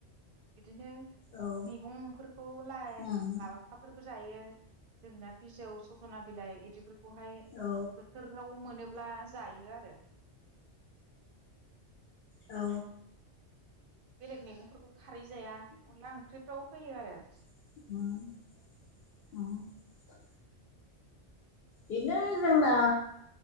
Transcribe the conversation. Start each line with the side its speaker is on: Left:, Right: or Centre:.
Right: बिदिनो
Left: औ
Right: मैगंफोरखौ लाय
Left: उम
Right: लाफाफोरखौ जायो जोगोनार बिजौ सजना बिलाइ इदि खौहाय
Left: औ
Right: बोथोराव मोनो ब्ला जायो आरो।
Left: औ।
Right: बेलेग मैगंफोरखौ। खारै जाया अनला ओंख्रिफ्राव होयो आरो। <inaudible>
Left: <inaudible> बिदिनो जोंना